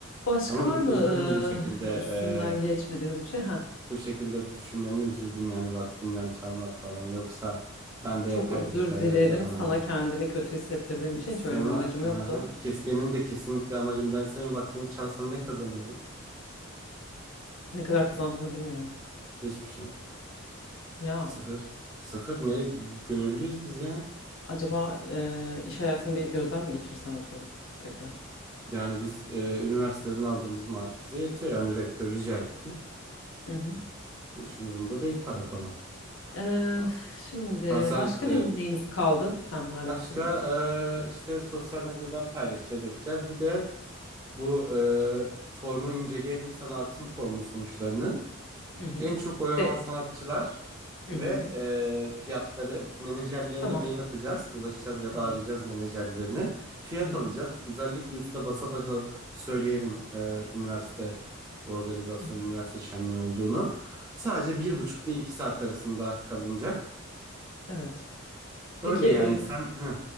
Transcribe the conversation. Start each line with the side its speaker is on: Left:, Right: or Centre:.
Left: Başka
Right: Ama
Left: var
Right: ü-
Left: mı
Right: üzüldüm bu şekilde eee,
Left: eee, üstünden geçmediğimiz bir şey? Ha,
Right: bu şekilde düşünmeni üzüldüm yani vaktinden çalmak falan. Yoksa ben de
Left: çok
Right: yapay
Left: özür
Right: zeka yazarım
Left: dilerim. Sana
Right: hani
Left: kendini kötü hissettirdiğim için
Right: sana
Left: şöyle bir amacım
Right: aha,
Left: yoktu.
Right: kes benim de kesinlikle amacım ben senin vaktini çalsam ne kazanıyorum?
Left: Ne kadar kazandığını bilmiyorum.
Right: Hiçbir şey.
Left: Ya
Right: Sıfır. Sıfır ne? Gönüllüyüz biz ya.
Left: acaba eee, iş hayatını bir gözden mi geçirsen oturup tekrar?
Right: Yani biz eee, üniversiteden aldığımız maaş bize yetiyor. Yani rektör rica etti.
Left: Hı hı.
Right: Hiç umurumda değil para falan.
Left: Eee,
Right: Ha
Left: şimdi
Right: ha sen
Left: başka ne neyimiz kaldı planla alakalı?
Right: Başka eee, işte sosyal medyadan paylaşacağız edeceğiz. Bir de bu eee, formu inceleyelim. Sana atayım formun sonuçlarını.
Left: Hı hı.
Right: En çok oy alan
Left: De,
Right: sanatçılar
Left: Hı
Right: ve
Left: hı.
Right: eee, fiyatları menajerlerine
Left: tamam.
Right: mail atacağız. Ulaşacağız ya
Left: Evet.
Right: da arayacağız menajerlerini. Fiyat
Left: Hı hı.
Right: alacağız. Özellikle üstüne basa basa söyleyelim eee, üniversite organizasyon,
Left: Hı hı.
Right: üniversite şenliği olduğunu. Sadece bir buçuk ile iki saat arasında kalınacak.
Left: Evet. Peki
Right: Öyle
Left: eee,
Right: yani sen... Heh.